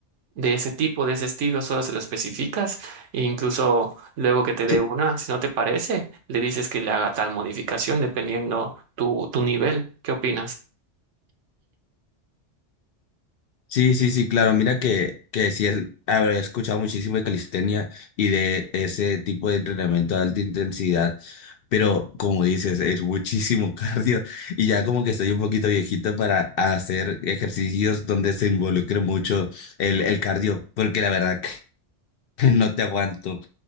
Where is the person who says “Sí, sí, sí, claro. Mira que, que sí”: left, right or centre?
Left